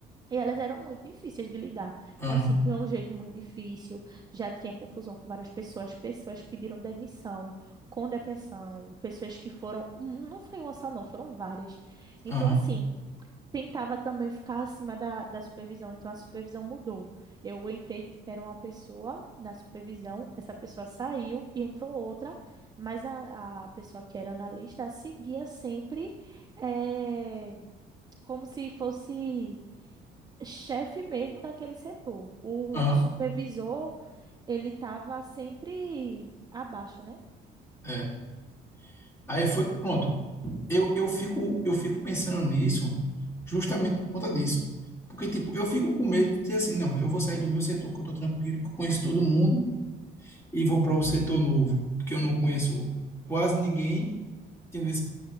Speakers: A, on the right; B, on the left.
A: E elas eram muito difíceis de lidar.
B: Aham.
A: Então, assim, tinha um jeito muito difícil, já tinha confusão com várias pessoas, pessoas pediram demissão, com depressão, pessoas que foram. Não foi uma só, não, foram várias. Então,
B: Aham.
A: assim, tentava também ficar acima da, da supervisão, então a supervisão mudou. Eu entrei, era uma pessoa na supervisão, essa pessoa saiu e entrou outra, mas a, a pessoa que era analista seguia sempre eh, como se fosse chefe mesmo daquele setor. O
B: Aham.
A: supervisor, ele estava sempre abaixo, né?
B: É. Aí foi, pronto. Eu, eu fico, eu fico pensando nisso justamente por conta disso. Porque, tipo, eu fico com medo de dizer assim, não, eu vou sair do meu setor, que eu tô tranquilo, que eu conheço todo mundo, e vou para um setor novo, que eu não conheço quase ninguém, entendeu?